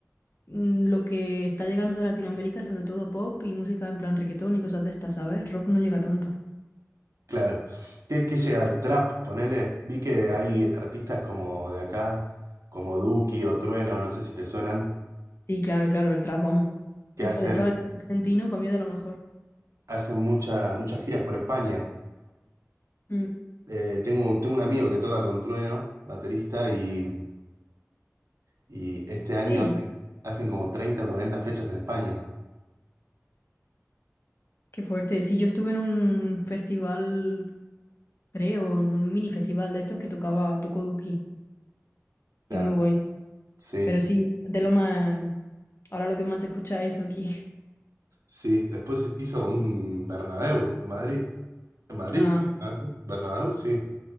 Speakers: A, on the left (about 45°); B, on the right (about 75°).
A: mm, lo que está llegando a Latinoamérica, sobre todo pop y música en plan reggaetón y cosas de estas, ¿sabes? Rock no llega tanto.
B: claro. ¿Qué, qué llega al trap? Ponele, vi que hay artistas como de acá, como Duki o Trueno, no sé si te suenan,
A: Y claro, claro, el trap, vamos.
B: que
A: El-
B: hacen,
A: de hecho, el trap argentino para mí es de lo mejor.
B: hacen mucha- muchas giras por España.
A: Mm,
B: Eh, tengo, tengo un amigo que toca con Trueno, baterista, y, y este año
A: sí,
B: hacen, hacen como 30 40 fechas en España.
A: qué fuerte. Sí, yo estuve en un festival, creo, en un mini festival de estos que tocaba, tocó Duki
B: claro.
A: y muy guay.
B: Sí,
A: Pero sí, de lo más... Ahora lo que más se escucha es eso aquí.
B: sí. Después hizo un Bernabéu en Madrid. ¿En Madrid?
A: <laughs>
B: ¿no? ¿Bernabéu? Sí.